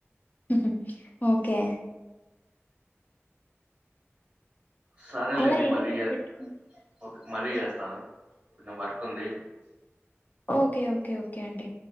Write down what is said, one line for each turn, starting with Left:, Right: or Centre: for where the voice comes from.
Left: ఉహ్ ఓకే
Right: సరేలేండి
Left: అలా ఏదో
Right: మరీ
Left: ఒకటి
Right: యే
Left: పెట్టుకుని
Right: ఓకే మరీ చేస్తాను కొంచెం వర్క్ ఉంది
Left: ఓకే ఓకే ఓకే అండి